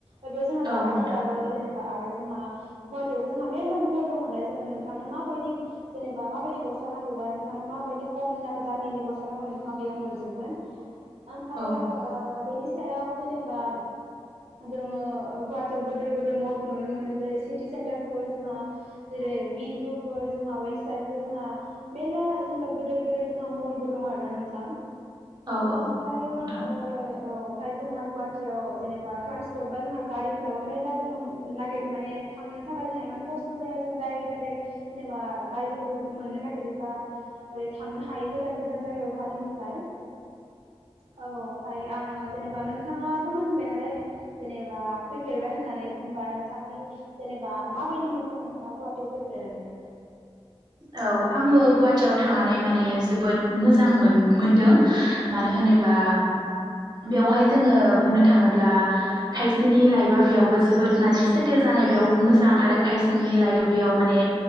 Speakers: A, on the right; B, on the right.
A: बेयाव जोंहा जाग्राफोराबो
B: औ नोंथां
A: जेनेबा आरो जोंहा गुवाहाटी आवबो जोंहा मेरला मल दंअलै जों नोंथांनो माबायदि जेनेबा माबायदि गस्ला नांगौबा नोंथांनो माबायदि खम दामिनि गस्ला नांगौ नोंथाङा बेयाव मोनजोबगोन ओमफ्रायो
B: औ
A: बेनि सायाव जेनेबा जोङो गुवाहाटियाव गिदोर गिदिर मलबो नुनो मोनो जेरै सिटि सेन्टारफोर जोंहा जेरै बि उटुबफोर जोंहा वेबसाइटफोर जोंहा मेरला जेनेबा गोदो गोदो गोदेर जोंहा मबाइलबो दं आरोना नोंथां
B: औ औ
A: ओमफ्रायो
B: नोंथां
A: ओरै औ ओमफ्राय जों गवाहाटियाव जेनेबा ट्रान्सपर्ट बा जोंहा गारिफोराबो मेर्ला जोङो नागिर माने थांनो थाखाय जोंहा इमान खस्थ' जाया जों दडाइरेक्ट दडाइरेक्ट जेनेबा गारिफोरखौबो मोननो नागिरो बा ओरै थांनो हायो गोजान गोजान जायगायाव गुवाहाटीनिफ्राय औ ओमफ्रायो आङो जेनेबा नोंथाङाबो होनबाय नालाय जेनेबा फैफेरबाय होननानै होमबा नोंथांनि जेनेबा माबायदि मोनखो नोंथाङा गुवाहाटियाव फै बेराङि
B: औ आंबो गुवाहाटियाव थांनानै माने जोबोद मोजां मोन मोनदों
A: औ
B: मानो होनोबा बेवहाय जोङो बुंनो थाङोब्ला खायसेनि लाइफआ बेयावबो जोबोद माने सेटेल जानाय बेयाव मोजां आरो खायसेनि लाइफ बेयाव माने